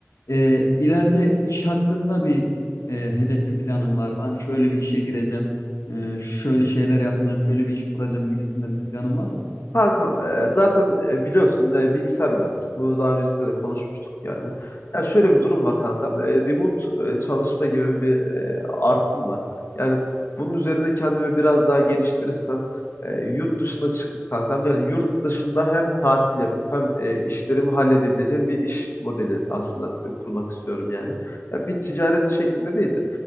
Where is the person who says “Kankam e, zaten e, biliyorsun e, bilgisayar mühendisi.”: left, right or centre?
Left